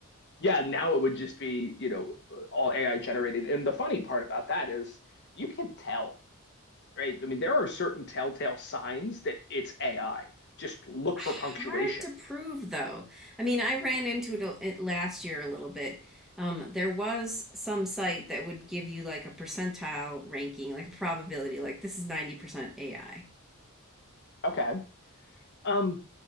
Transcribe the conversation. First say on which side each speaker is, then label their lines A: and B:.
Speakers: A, on the left; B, in the centre.
A: yeah, now it would just be, you know, all AI generated. And the funny part about that is you can tell, right? I mean, there are certain telltale signs that it's AI. Just look
B: <laughs>
A: for punctuation.
B: Hard to prove, though. I mean, I ran into it, a- it last year a little bit. Um, there was some site that would give you like a percentile ranking, like a probability, like this is 90% AI.
A: Okay. Um,